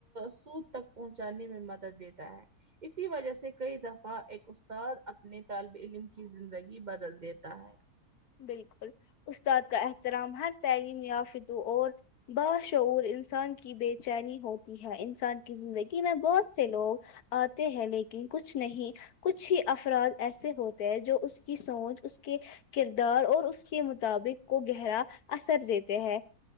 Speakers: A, on the right; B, on the left.
A: سود تک پہنچانے میں مدد دیتا ہے اسی وجہ سے کئی دفعہ ایک استاد اپنے طالب علم کی زندگی بدل دیتا ہے
B: بالکل استاد کا احترام ہر تعلیم یافت اور باشعور انسان کی بے چینی ہوتی ہے انسان کی زندگی میں بہت سے لوگ آتے ہیں لیکن کچھ نہیں کچھ ہی افراد ایسے ہوتے ہیں جو اس کی سوچ اس کے کردار اور اس کے مطابق کو گہرا اثر دیتے ہیں